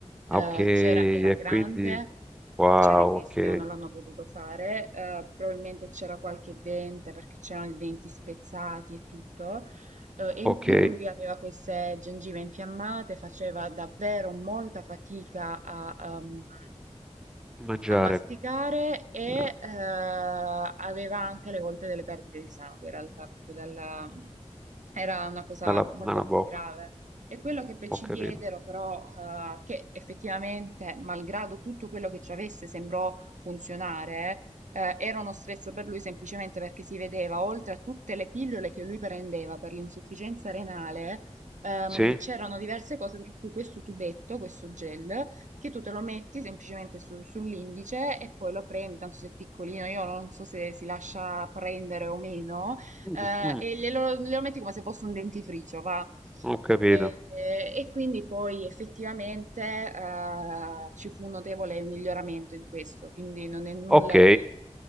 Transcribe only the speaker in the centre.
ah, ok,
e
quindi... Wow,
ok,
ok.
Mangiare
eh,
dalla,
dalla
bocca,
ho
capito.
Sì?
Mm,
mm,
ho capito.
Ok,